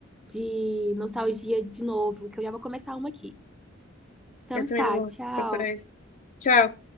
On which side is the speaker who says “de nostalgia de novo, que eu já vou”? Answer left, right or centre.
Centre